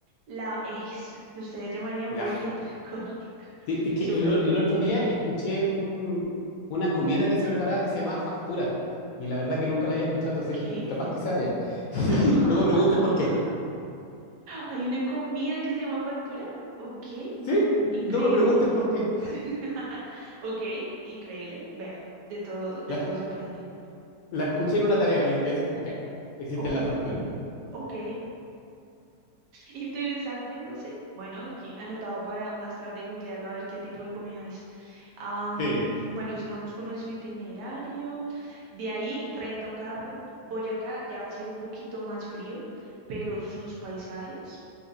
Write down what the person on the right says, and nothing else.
La es, que ustedes llamarían
boleta, <laughs> correcto.
Súper.
¿Qué?
<laughs>
¿Hay una comida que se llama factura? Ok.
Increíble.
<laughs> Ok, increíble. Vea, de todo, de
todo se aprende.
Ok,
ok. Interesante, José. Bueno, aquí anotado para más tarde googlearlo a ver qué tipo de comida es. Am,
bueno, sigamos con nuestro itinerario. De ahí renta un carro. Boyacá ya va a ser un poquito más frío, pero sus paisajes